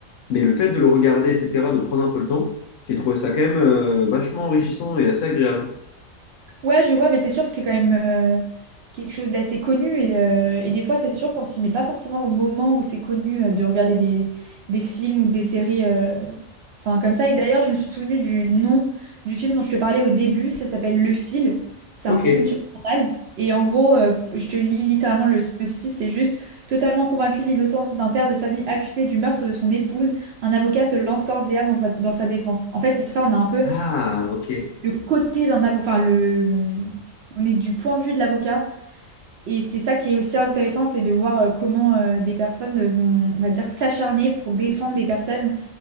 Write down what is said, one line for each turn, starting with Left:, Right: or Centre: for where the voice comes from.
Left: mais le fait de le regarder, etc., de prendre un peu le temps, j'ai trouvé ça quand même euh, vachement enrichissant et assez agréable.
Right: Ouais, je vois, mais c'est sûr que c'est quand même euh, quelque chose d'assez connu et, euh, et des fois c'est sûr qu'on s'y met pas forcément au moment où c'est connu euh, de regarder des, des films ou des séries euh, enfin comme ça. Et d'ailleurs je me suis souvenue du nom du film dont je te parlais au début, ça s'appelle Le Fil. C'est
Left: Ok.
Right: un film sur Canal. Et en gros, euh, je te lis littéralement le synopsis, c'est juste totalement convaincu de l'innocence d'un père de famille accusé du meurtre de son épouse, un avocat se lance corps et âme dans sa, dans sa défense. En fait, c'est ça, on a un peu
Left: Ah, ok.
Right: le côté d'un avocat, enfin le, on est du point de vue de l'avocat. Et c'est ça qui est aussi intéressant, c'est de voir euh, comment euh, des personnes vont, on va dire, s'acharner pour défendre des personnes